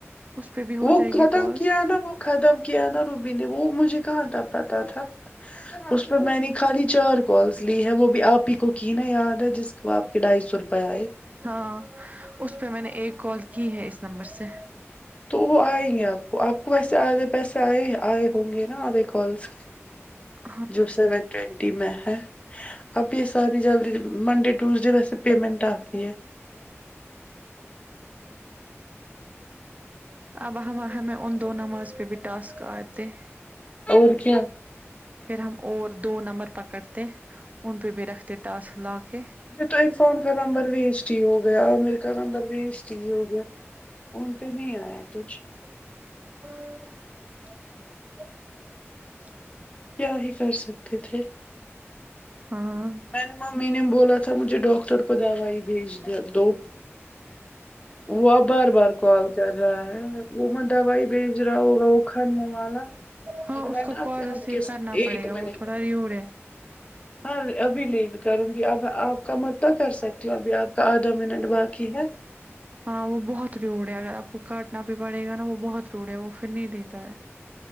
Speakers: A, on the right; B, on the left.
A: اس پے بھی ہو
B: وہ
A: جائے
B: ختم
A: گی کالس
B: کیا نا وہ ختم کیا نا روبی نے وہ مجھے کہاں تب پتہ تھا اس پے میں نے خالی چار کالس لی ہے وہ بھی آپ پی کو کی نا یاد ہے جس کو آپ کے ڈھائی سو روپے آئے
A: ہاں اس پے میں نے ایک کال کی ہے اس نمبر سے
B: تو وہ آئے گے آپ کو آپ کو ویسے آدھے پیسے آئے آئے ہوں گے ناں آدھے کالس
A: <inaudible>
B: جو سیون ٹوینٹی میں ہے اب یے ساری جلدی منڈے ٹیوزڈے ویسے پیمنٹ آتی ہے
A: اب ہما ہمیں ان دو نماز پے بھی ٹاسک آتے
B: اور کیا
A: پھر ہم اور دو نمبر پکڑتے ان پے بھی رکھتے ٹاسک لا کے
B: یے تو عرفان کا نمبر ویسٹ ہی ہوگیا عامر کا نمبر ویسٹ سٹ ہی ہو گیا ان پے نہیں آیا کچھ
A: <unintelligible>
B: کیا ہی کر سکتے تھے
A: ہاں
B: میں نے ممی نے بولا تھا مجھے ڈاکٹر کو دوائی بھیج دو وہ بار بار کال چل رہا ہے وہ میں دوائی بھیج رہا ہوگا وہ کھانے والا
A: ہاں
B: اب
A: اس
B: ہے
A: کا
B: نا
A: کال ریسیو
B: آپ کے ساتھ
A: کرنا
B: ایک
A: پڑے گا
B: منٹ
A: وہ تھوڑا ریوڈ ہے
B: ہاں ابھی لیل کروں گی اب آپ کا مت تو کر سکے کیوں ابھی آپ کا آدھا منٹ باقی ہے
A: ہاں وہ بہت ریوڑ ہے اگر آپ کو کاٹنا بھی پڑے گا نا وہ بہت ریوڑ ہے وہ پھر نہیں لیتا ہے